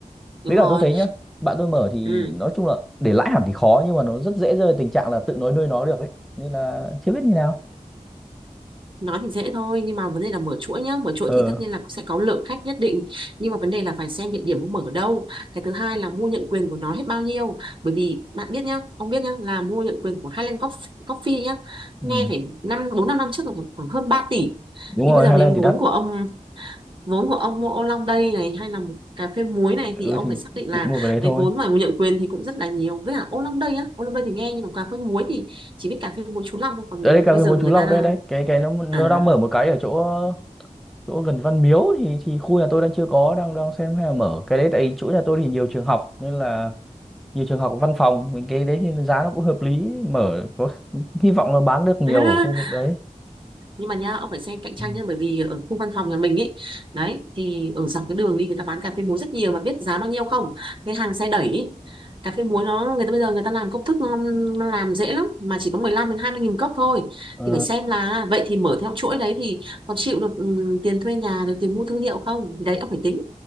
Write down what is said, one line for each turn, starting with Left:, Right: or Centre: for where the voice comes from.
Right: đúng
Centre: với
Right: rồi.
Centre: cả tôi thấy nhá bạn tôi mở thì
Right: Ừ.
Centre: nói chung là để lãi hẳn thì khó nhưng mà nó rất dễ rơi vào tình trạng là tự nói nuôi nó được ấy nên là chưa biết như nào
Right: nói thì dễ thôi nhưng mà vấn đề là mở chuỗi nhá mở chuỗi
Centre: ờ
Right: thì tất nhiên là cũng sẽ có lượng khách nhất định nhưng mà vấn đề là phải xem địa điểm ông mở ở đâu cái thứ hai là mua nhận quyền của nó hết bao nhiêu bởi vì bạn biết nhá ông biết nhá là mua nhận quyền của Highland Coff- Coffee nhá
Centre: ừ.
Right: nghe phải năm bốn năm năm trước là khoảng hơn 3 tỷ
Centre: đúng rồi
Right: thì bây giờ
Centre: Highland
Right: nếu vốn
Centre: thì đắt
Right: của ông vốn của ông mua ô long đây này hay là một cà phê muối này
Centre: ừ
Right: thì ông
Centre: thì
Right: phải xác định là
Centre: định mua cái đấy
Right: cái
Centre: thôi
Right: vốn mà nhận quyền thì cũng rất là nhiều với cả ô long đây á ô long đây thì nghe nhưng mà cà phê muối thì chỉ biết cà phê muối chú Long thôi còn
Centre: đấy, đấy cà
Right: bây
Centre: phê
Right: giờ
Centre: muối
Right: người
Centre: Chú Long
Right: ta
Centre: đây đấy cái cái nó nó
Right: à
Centre: đang mở một cái ở chỗ chỗ gần Văn Miếu thì thì khu nhà tôi đang chưa có đang đang xem hay là mở cái đấy tại vì chỗ nhà tôi thì nhiều trường học nên là nhiều trường học văn phòng mình cái đấy thì giá nó cũng hợp lý mở có hy vọng là bán được nhiều
Right: <laughs>
Centre: ở khu vực đấy
Right: nhưng mà nha, ông phải xem cạnh tranh
Centre: Ừ.
Right: nhá bởi vì ở khu văn phòng nhà mình ấy đấy thì ở dọc cái đường đi người ta bán cà phê muối rất nhiều mà biết giá bao nhiêu không cái hàng xe đẩy ý, cà phê muối nó người ta bây giờ người ta làm công thức nó, nó làm dễ lắm mà chỉ có 15 đến 20 nghìn cốc thôi
Centre: ờ,
Right: thì phải xem là vậy thì mở theo chuỗi đấy thì có chịu được ừ, tiền thuê nhà được tiền mua thương hiệu không thì đấy ông phải tính